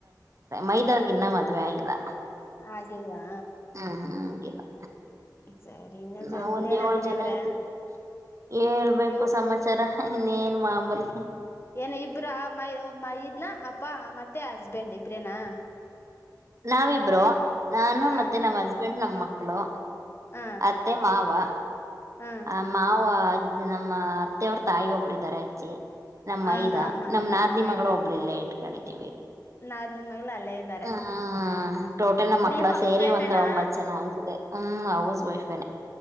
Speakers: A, on the right; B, on the left.
A: ಮೈದಾವರ್ಗೆ ಇನ್ನ ಮದ್ವೆ ಆಗಿಲ್ಲಾ.
B: ಆಗಿಲ್ವಾ.
A: ಹ ಹ. ಇಲ್ಲಾ.
B: ಸರಿ ಇನ್ನೇನ್
A: ನಾವ
B: ಜ
A: ಒಂದ್
B: ಇನ್ನೇನ್
A: ಏಳ
B: ನಂದಿನಿ
A: ಜನ
B: ಅವ್ರ
A: ಇದ್ದೀವಿ ಹೇಳ್ಬೇಕು
B: ಯೋ
A: ಸಮಾಚಾರ. ಇನ್ನೇನ್ ಮಾಮೂಲಿ.
B: ಏನ ಇಬ್ರ ಆ ಮೈ ಮೈದ್ನ ಅಪ್ಪಾ ಮತ್ತ. ಮತ್ತೆ ಹಸ್ಬೆಂಡ್ ಇಬ್ರೇನಾ.
A: ನಾವಿಬ್ರೂ. ನಾನು
B: ಹ
A: ಮತ್ತೆ ನಮ್ಮ್ ಅಜ್. ಸ್ಬೆಂಡ್ ನಮ್ ಮಕ್ಳು.
B: ಹ
A: ಅತ್ತೆ ಮಾವಾ.
B: ಹ
A: ಆ ಮಾವ. ಅಜ್ಜ ನಮ್ಮ ಅತ್ತೆ ಅವ್ರ ತಾಯಿ ಒಬ್ಬರಿದಾರೆ ಅಜ್ಜಿ. ನಮ್
B: ಹ
A: ಮೈದ
B: ಹಾ ಹಾ
A: ನಮ್ ನಾದನಿ
B: ಮೈದ
A: ಮಗಳ ಒಬ್ಳ ಇಲ್ಲೆ ಇಟ್ಕೊಂಡಿದೀವಿ
B: ನಾದ್ ನಿಮಗ್ಲು ಅಲ್ಲೇ ಇದ್ದಾರೆ
A: ಹ್ಮ ಟೋಟಲ್ ನಮ್ಮ ಮಕ್ಕಳ
B: ನೀವು ಹೌಸ್
A: ಸೇರಿ
B: ವೈಫೇನಾ
A: ಒಂದ್ ಒಂಬತ್ ಜನ ಆಯ್ತದೆ. ಹ್ಮ್ ಹೌಸ್. ವೈಫೇನೆ.